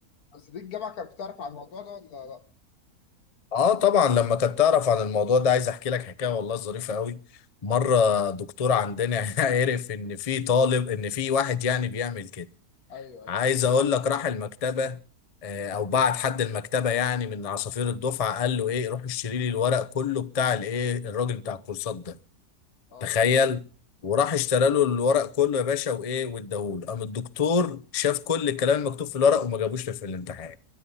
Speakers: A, on the left; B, on the left.
A: بس دي الجامعه كانت بتعرف على الموضوع ده ولا لا
B: اه طبعا لما كانت تعرف عن الموضوع ده عايز احكي لك حكايه والله ظريفه قوي مره دكتور عندنا <laughs> عرف ان في طالب ان في واحد يعني بيعمل كده
A: ايوه ايوه
B: عايز اقول لك راح المكتبه آه، او بعت حد المكتبه يعني من عصافير الدفعه قال له ايه روح اشتري لي الورق كله بتاع الايه الراجل بتاع الكورسات ده
A: اه
B: تخيل وراح اشترى له الورق كله يا باشا وايه واداهوله قام الدكتور شاف كل الكلام المكتوب في الورق وما جابوش في الامتحان